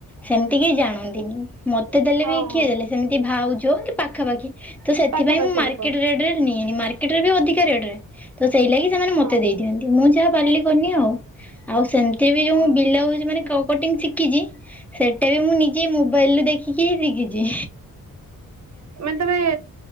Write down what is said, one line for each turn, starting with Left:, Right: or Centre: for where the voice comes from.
Centre: ସେମିତି କେହି ଜାଣନ୍ତିନି ମତେ ଦେଲେ
Right: ହଁ
Centre: ବି କିଏ
Right: ହଁ
Centre: ଦେଲେ ସେମିତି ଭାଉଜ ଏମିତି ପାଖାପାଖି ତ ସେଥିପାଇଁ
Right: ପାଖାପାଖି
Centre: ମୁଁ ମାର୍କେଟ
Right: ଲୋକ
Centre: ରେଟ ରେ ନିଏନି ମାର୍କେଟ ରେ ବି ଅଧିକା ରେଟ ରେ ତ ସେଇ ଲାଗି ସେମାନେ ମତେ
Right: ହଁ
Centre: ଦେଇ ଯେମିତି ମୁଁ ଯାହା ପାରିଲି କନି ଆଉ ଆଉ ସେମିତିରେ ବି ଯୋଉ
Right: ହଁ
Centre: ବିଲାଉଜୁ ମାନେ କଟିଙ୍ଗି ସି ଶିଖିଚି ସେଇଟା ବି ମୁଁ ନିଜେ ମୋବାଇଲୁ ଦେଖିକି ହିଁ ଶିଖିଚି।
Right: ମାନେ ତମେ